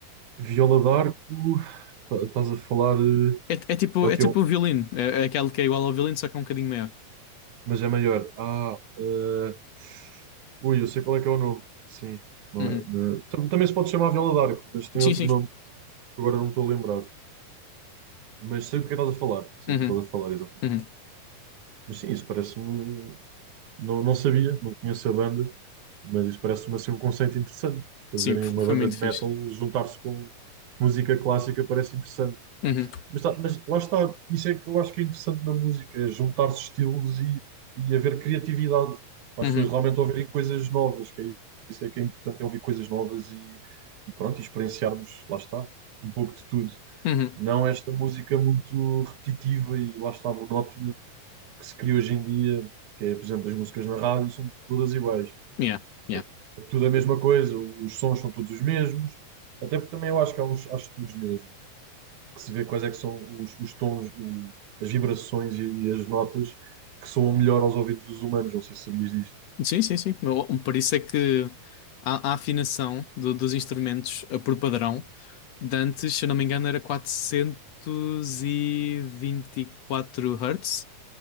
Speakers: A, on the right; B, on the left.
A: Viola d'Arco, tá- estás a falar. eh,
B: É, é tipo,
A: É o
B: é
A: que
B: tipo
A: eu.
B: o violino, é, é aquele que é igual ao violino, só que é um bocadinho maior.
A: Mas é maior. Ah, eh, ui, eu sei qual é que é o nome. Sim. não
B: Uhum.
A: é- não é- Tam- Também se pode chamar Viola d'Arco, mas tem
B: Sim,
A: outro
B: sim.
A: nome que agora não me estou a lembrar. Mas sei do que é que estás a falar. Sei
B: Uhum,
A: do que é que estás a falar, exatamente.
B: uhum.
A: Mas sim, isso parece-me. Não, não sabia, não conheço a banda, mas isso parece-me assim um conceito interessante. Fazerem
B: Sim, f-
A: uma
B: foi
A: banda
B: muito
A: de metal,
B: fixe.
A: juntar-se com música clássica parece interessante.
B: Uhum,
A: Mas, tá- mas lá está, isso é que eu acho que é interessante na música, é juntar-se estilos e, e haver criatividade, para
B: uhum,
A: as pessoas realmente ouvirem coisas novas, que é isso é que é importante, é ouvir coisas novas e, e pronto, e experienciarmos, lá está, um pouco de tudo.
B: uhum.
A: Não esta música muito repetitiva e lá está, monótona, que se cria hoje em dia, que é, por exemplo, as músicas na rádio são todas iguais.
B: Yeah, yeah.
A: É, tu- é tudo a mesma coisa, os sons são todos os mesmos. Até porque também eu acho que há uns há estudos mesmo, que se vê quais é que são os, os tons, o- as vibrações e, e as notas que soam melhor aos ouvidos dos humanos. Não sei se sabias disto.
B: Sim, sim, sim. Mas, um Por isso é que a, a afinação do- dos instrumentos eh, por padrão, de antes, se eu não me engano, era 424 Hz